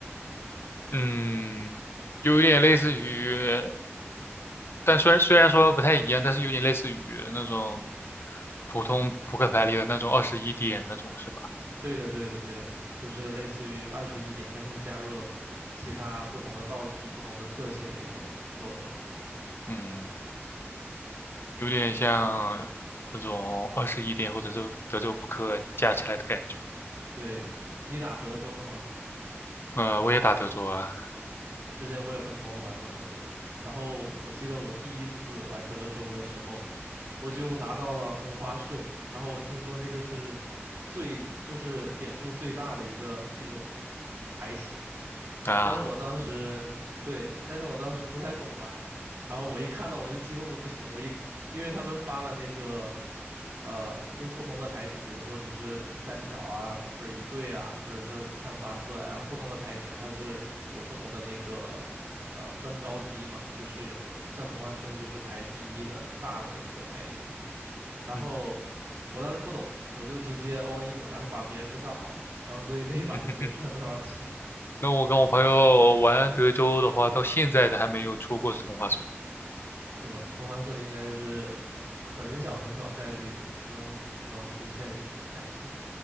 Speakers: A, on the left; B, on the right.
A: 嗯，有点类似于，但虽然虽然说不太一样，但是有点类似于那种普通扑克牌里的那种二十一点那种，是吧？
B: 对的，对的，对的，就是类似于二十一点，但是加入了其他不同的道具、不同的特性的一种作用。
A: 嗯，有点像那种二十一点或者是德州扑克加起来的感觉。
B: 对，你打德州吗？
A: 呃，我也打德州啊
B: 之前我也跟朋友玩过德州，然后我记得我第一次玩德州的时候，我就拿到了同花顺，然后我听说那个是最，就是点数最大的一个一种牌型，
A: 啊，
B: 但是我当时，对，但是我当时不太懂玩，然后我一看到我就激动的不行，我一因为他们发了那个，呃，就是不同的牌型，比如说你是三条啊，或者一对啊，或者是看花色啊，然后不同的牌型它是有不同的那个，呃，分高低嘛，就是有的像同花顺就是排第一的大的一个牌型，然后我当时不懂，
A: 嗯，
B: 我就直接 all in 了，然后把别人都吓跑了，然后所以那一把就没赚多少钱，
A: <laughs>
B: <laughs>
A: 那我跟我朋友玩德州的话，到现在都还没有出过同花顺。
B: 是吧？同花顺应该是很小很小概率能能出现的一种牌型。